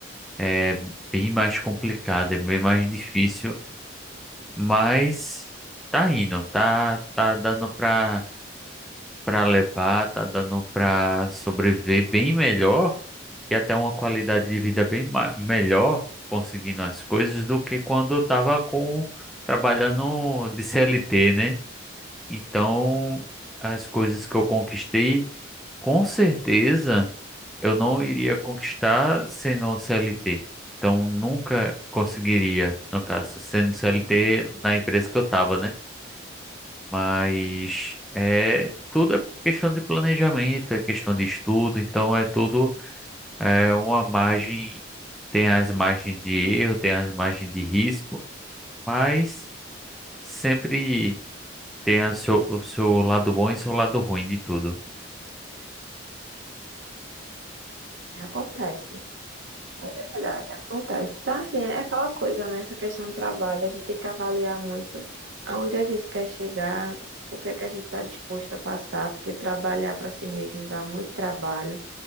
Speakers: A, in the centre; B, on the right.
A: É bem mais complicado, é bem mais difícil, mas tá indo, tá, tá dando pra, pra levar, tá dando pra sobreviver bem melhor e até uma qualidade de vida bem ma- melhor conseguindo as coisas do que quando eu tava com, trabalhando de CLT, né? Então, as coisas que eu conquistei, com certeza. eu não iria conquistar sendo CLT. Então, nunca conseguiria, no caso, sendo CLT na empresa que eu estava, né? Mas é tudo é questão de planejamento, é questão de estudo, então é tudo é uma margem, tem as margens de erro, tem as margens de risco, mas sempre tem a seu- o seu lado bom e seu lado ruim de tudo.
B: Acontece. É verdade, acontece. Então, assim, é aquela coisa, né? Essa questão do trabalho, a gente tem que avaliar muito aonde a gente quer chegar, o que é que a gente está disposto a passar, porque trabalhar para si mesmo dá muito trabalho.